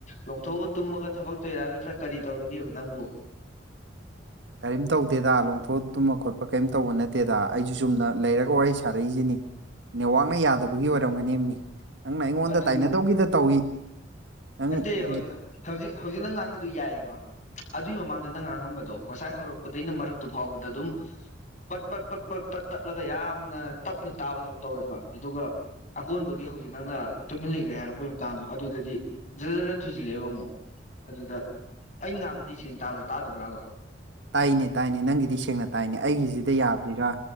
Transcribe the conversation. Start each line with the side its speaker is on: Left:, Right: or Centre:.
Left: ꯂꫭꯊꯣꯛꯑꯒ ꯇꯨꯝꯃꯒ ꯊꯕꯛ ꯇꯧꯔꯥ ꯅꯠꯇ꯭ꯔꯥ ꯀꯔꯤ ꯇꯧꯔꯤꯒꯦꯕ ꯅꯪꯕꯨ
Right: ꯀꯔꯤꯝ ꯇꯧꯗꯦꯗ ꯂꯣꯡꯊꯣꯠ ꯇꯨꯝꯕ ꯈꯣꯠꯄ ꯀꯔꯤꯝ ꯇꯧꯕ ꯅꯠꯇꯦ ꯇꯦꯗꯥ ꯑꯩꯁꯨ ꯆꯨꯝꯅ ꯂꯩꯔꯛ ꯑꯣ ꯑꯩ ꯁꯥꯔꯛꯏꯁꯤꯅꯤ ꯅꯦꯠꯋꯥꯛꯅ ꯌꯥꯗꯕꯒꯤ ꯑꯣꯏꯔꯝꯒꯅꯤ ꯃꯤ ꯅꯪꯅ ꯑꯩꯉꯣꯟꯗ
Left: ꯑꯗꯨꯅꯤ
Right: ꯇꯥꯏꯅꯗꯧꯒꯤꯗ ꯇꯧꯏ ꯅꯪ
Left: ꯅꯠꯇꯦ ꯍꯧꯖꯤꯛ
Right: ꯒꯤ
Left: ꯍꯧꯖꯤꯛ ꯍꯧꯖꯤꯛ ꯅꯪ ꯉꯥꯡꯉꯤꯗꯨ ꯌꯥꯏꯑꯕ ꯑꯗꯨꯏ ꯃꯃꯥꯡꯗ ꯅꯪ ꯉꯥꯡꯉꯝꯕꯗꯣ ꯉꯁꯥꯏ ꯍꯧꯔꯛꯄꯗꯅ ꯃꯔꯛꯇꯨ ꯐꯥꯎꯕꯗ ꯑꯗꯨꯝ ꯄꯠ ꯄꯠ ꯄꯠ ꯄꯠ ꯄꯠ ꯇꯠꯂꯒ ꯌꯥꯝꯅ ꯇꯞꯅ ꯇꯥꯕꯗꯧꯅ ꯇꯧꯋꯦꯕ ꯑꯗꯨꯒ ꯑꯀꯣꯟꯕꯒꯤ ꯍꯧꯖꯤꯛ ꯍꯧꯖꯤꯛ ꯅꯪꯟ ꯇꯨꯃꯤꯟ ꯂꯩꯈ꯭ꯔꯦ ꯍꯥꯏꯔꯛꯄꯒꯤ ꯃꯇꯥꯡꯗꯣ ꯑꯗꯨꯗꯗꯤ ꯖꯔ ꯖꯗ ꯊꯣꯏꯖꯤꯜꯂꯛꯑꯦꯕ ꯑꯃꯨꯛ ꯑꯗꯨꯗ ꯑꯩ ꯉꯥꯡꯕꯗꯤ ꯁꯦꯡꯅ ꯇꯕ꯭ꯔꯥ ꯇꯥꯗꯕ꯭ꯔꯥꯕ
Right: ꯇꯥꯏꯅꯦ ꯇꯥꯏꯅꯦ ꯅꯪꯒꯒꯤꯗꯤ ꯁꯦꯛꯅ ꯇꯥꯏꯅꯦ ꯑꯩꯒꯤꯁꯤꯗ ꯌꯥꯗ꯭ꯔꯤꯔꯥ?